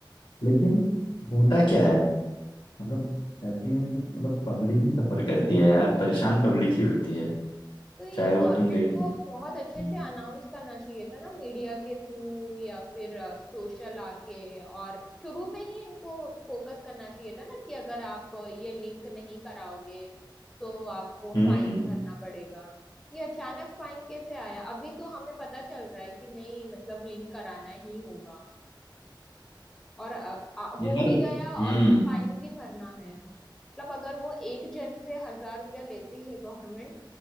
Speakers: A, on the left; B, in the centre.
A: लेकिन होता क्या है मतलब एट द एंड मतलब पब्लिक ही सफर करती है यार परेशान पब्लिक ही होती है
B: तो ये
A: चाहे वो
B: गवर्नमेंट
A: तुम देख
B: को बहुत
A: हम्म
B: अच्छे से अनाउंस करना चाहिए था ना मीडिया के थ्रू या फिर सोशल आके और शुरू में ही इनको फोकस करना चाहिए था ना कि अगर आप ये लिंक नहीं कराओगे तो आपको
A: हम्म,
B: फाइन भरना पड़ेगा ये अचानक फाइन कैसे आया अभी तो हमें पता चल रहा है कि नहीं मतलब लिंक कराना ही होगा और अ- आ, हो
A: यार
B: भी गया
A: हम्म
B: और फिर फाइन भी भरना है हमें मतलब अगर वो एक जन से हजार रुपया लेती है गवर्नमेंट